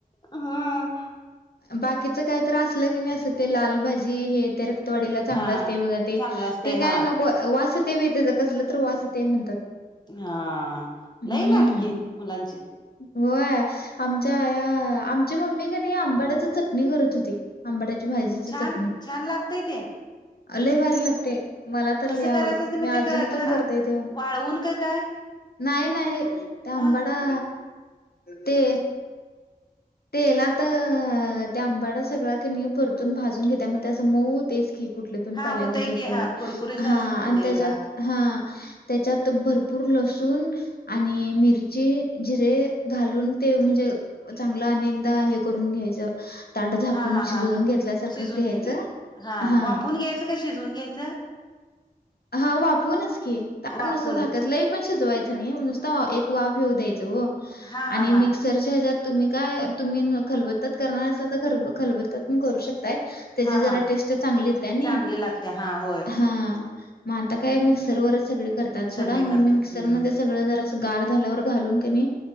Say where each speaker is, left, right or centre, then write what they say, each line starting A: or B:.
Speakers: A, on the left; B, on the left.
A: हां.
B: बाकीच काय तर असलं की नाही असं ते लालभाजी हे तर रक्त वाडीला चांगला
A: हा
B: असतंय बघा ते
A: चांगलं असतय
B: काय
A: हा
B: नको वास येतोय बाई त्याच कसलं तर वास येतंय म्हणतात.
A: हां
B: हम्म
A: लई नाटकी मुलांची.
B: होय आमच्या आया आमची मम्मी क नाही आंबड्या च चटणी करत होती आंबाड्याच्या भाजीची
A: छान
B: चटणी.
A: छान लागतय ते
B: लई भारी लागतंय मला तर
A: कसं
B: लई
A: करायचं
B: आवडतंय
A: ते मग
B: मी अजून
A: ते काय खरं
B: पण करतोय ते.
A: वाळवून काय काय
B: नाही नाही ते
A: हा
B: आंबाडा ते तेलात ते आंबाडा सगळा कणी परतून भाजून घेत्या मग ते असं मऊ होतयच की. कुठली पण
A: हा
B: पालेभाजी
A: होतय
B: हे
A: की
B: केल्यावर
A: हा कुरकुरीत झाल्यासारखं
B: हां
A: होतय
B: आणि त्याच्यात
A: जरा
B: हां त्याच्यात भरपूर लसूण आणि मिरची जिरे घालून ते म्हणजे चांगलं आणि एकदा हे करून घ्यायचं. ताट झाकून
A: हा हा
B: शिजवून
A: हा हा
B: घेतल्यासारखं
A: शिजून
B: घ्यायचं
A: घेतलं हा
B: हां
A: वाफून घ्यायचं का शिजवून घ्यायचं?
B: हां वाफवूनच की ताट
A: वाफून
B: नुसतं झाकायचं लई पण सिजवायच नाही नुसता एक वाफ येऊ द्यायच ओ
A: हा हा
B: आणि
A: हा
B: मिक्स र च्या हेच्यात तुम्ही काय तुम्ही खलबत्तात करणार असाल तर खलबत्तात पण करू शकताय. त्याची
A: हा
B: जरा
A: हा
B: टेस्ट चांगली येत्या नाही
A: चांगले लागते हा होय
B: हां. मग आता काय मिक्सरवरच सगळे करतात
A: सगळे
B: सोडा मग
A: करतात
B: मी मिक्सरमध्ये
A: हम्म
B: सगळं जरासं गार झाल्यावर घालून की नाही